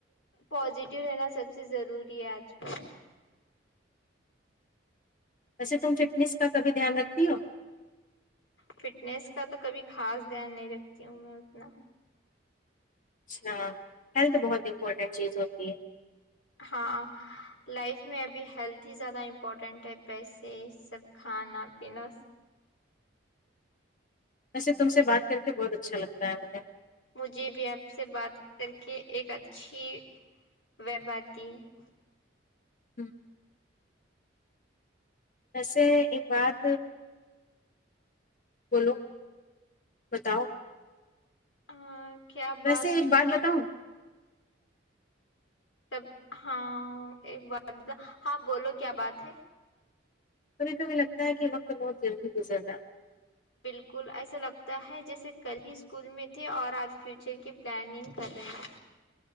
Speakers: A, on the left; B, on the left.
A: پازیٹیو رہ نا سب سب سے ضروری ہے آج کل
B: ویسے تم فٹنس کا کبھی دھیان رکھتی ہو
A: فٹنیس کا تو کبھی خاص دھیان نہیں رکھتی ہوں میں اتنا
B: اچھا ہیلتھ بہت امپورٹنٹ چیز ہوتی ہے
A: ہاں لائف میں ابھی ہیلتھ ہی زیادہ امپورٹینٹ ہے پیسے سب کھانا پینا
B: ویسے تم سے بات کر کے بہت اچھا لگتا ہے مجھے
A: مجھے بھی آپ سے بات کر کے ایک اچھی ویب آتی ہے
B: <inaudible> ویسے ایک بات بولو بتاؤ
A: ہاں کیا
B: ویسے ایک
A: ہے
B: بات بتاؤں
A: تب ہاں ایک بات ہاں بولو کیا بات ہے
B: کبھی کبھی لگتا ہے کہ وقت بہت جلدی گزرنا
A: بالکل ایسا لگتا ہے جیسے کل ہی اسکول میں تھے اور آج فیوچر کی پلاننگ کر رہے